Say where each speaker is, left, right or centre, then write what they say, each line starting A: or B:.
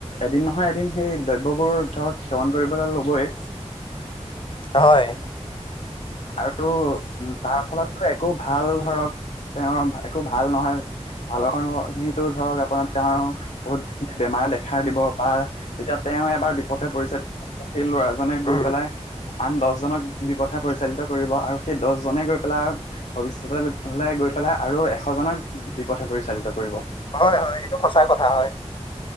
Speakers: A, on the left; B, on the left.
A: এদিন নহয়, এদিন হেই দব। লগৰ, ধৰক সেৱন কৰিবলৈ ল'বই।
B: হয়।
A: আৰু উ তাৰ, ফলত একো ভাল ধৰক। তেওঁ একো ভাল নহয়। ভালৰ কাৰণে আপুনি টো ধৰক আপোনাৰ তেওঁৰ বহুত খিনি বেমাৰ দেখা দিব পাৰ যেতিয়া। তেওঁ এবাৰ বিপথে পৰিছে। এই লৰাজনে গৈ
B: উম,
A: পেলাই আন দহজনক বিপ। পৰিচালিত কৰিব আৰু সেই দহজনে গৈ পেলাই ভৱিষ্যতে লৈ গৈ পেলাই আৰু এশজনক। বিপথে পৰিচালিত কৰিব।
B: হয়, হয় এইটো সঁচা কথা হয়।